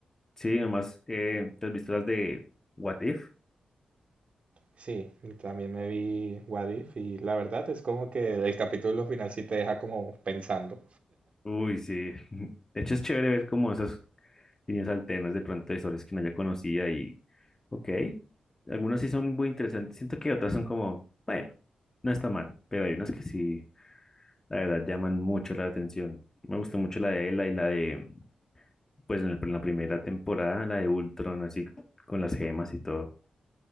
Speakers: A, on the left; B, on the right.
A: sí, nomás, eh, ¿te has visto las de What If?
B: Sí, y también me vi What If y la verdad es como que el capítulo final sí te deja como pensando.
A: Uy, sí. <laughs> De hecho, es chévere ver como esas líneas alternas de pronto de historias que uno ya conocía y, ok, algunas sí son muy interesantes. Siento que otras son como, bueno, no está mal, pero hay unas que sí, la verdad, llaman mucho la atención. Me gustó mucho la de Ela y la de, pues en, el- en la primera temporada, la de Ultron, así con las gemas y todo.